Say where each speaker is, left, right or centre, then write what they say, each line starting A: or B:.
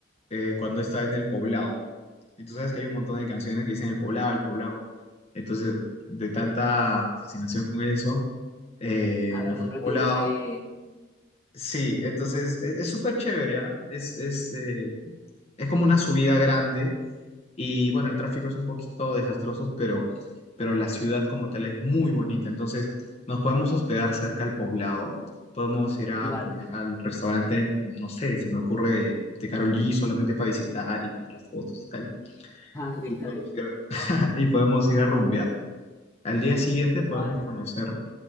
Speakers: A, on the left (about 30°); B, on the left (about 15°).
A: eh, cuando estaba en El Poblado. Y tú sabes que hay un montón de canciones que dicen El Poblado, El Poblado. Entonces, de tanta fascinación con eso, eh,
B: Ah, vale,
A: me fui
B: ya
A: al
B: lo
A: Poblado.
B: tienes ahí.
A: Sí, entonces es es súper chévere, ¿ah? Es, es, eh, es como una subida grande y bueno, el tráfico es un poquito desastroso, pero, pero la ciudad como tal es muy bonita. Entonces, nos podemos hospedar cerca al poblado. Podemos ir a
B: Vale.
A: comer
B: <laughs>
A: al restaurante, no sé, se me ocurre de, de Carolí solamente para visitar y tomar las fotos y tal.
B: Ah,
A: Y
B: déjame.
A: podemos ir, <laughs> y podemos ir a rumbear. Al día siguiente podemos
B: Vale,
A: conocer